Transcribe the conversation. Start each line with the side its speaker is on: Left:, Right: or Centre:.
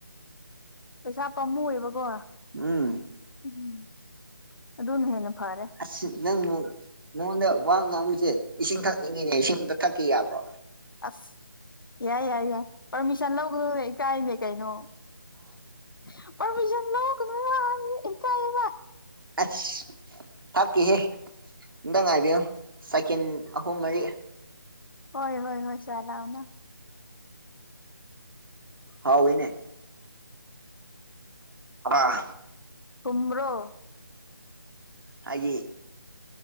Left: ꯄꯩꯁꯥ ꯄꯥꯝꯃꯨꯑꯕꯀꯣ
Right: ꯎꯝ
Left: ꯎꯝ ꯑꯗꯨꯅ ꯍꯦꯟꯅ ꯐꯥꯔꯦ
Right: ꯑꯁ ꯅꯪ ꯅꯉꯣꯟꯗ ꯋꯥ ꯉꯥꯡꯕꯁꯦ ꯏꯁꯤꯡ ꯊꯛꯅꯤꯡꯉꯤꯅꯦ ꯏꯁꯤꯡ ꯑꯝꯇ ꯊꯛꯀꯦ ꯌꯥꯕ꯭ꯔꯣ
Left: ꯑꯁ ꯌꯥꯏ ꯌꯥꯏ ꯌꯥꯏ ꯄꯥꯔꯃꯤꯁꯟ ꯂꯧꯒꯅꯨꯅꯦ ꯏꯀꯥꯏꯅꯦ ꯀꯩꯅꯣ <unintelligible>
Right: ꯑꯁ ꯊꯥꯛꯀꯤꯍꯦ ꯑꯃꯨꯛꯇꯪ ꯉꯥꯏꯕꯤꯌꯨ ꯁꯤꯀꯦꯟ ꯑꯍꯨꯝ ꯃꯔꯤ
Left: ꯍꯣꯏ ꯍꯣꯏ ꯍꯣꯏ <unintelligible>
Right: ꯍꯥꯎꯏꯅꯦ ꯑꯥ
Left: ꯀꯨꯝ꯭ꯔꯣ
Right: ꯍꯥꯏꯗꯤ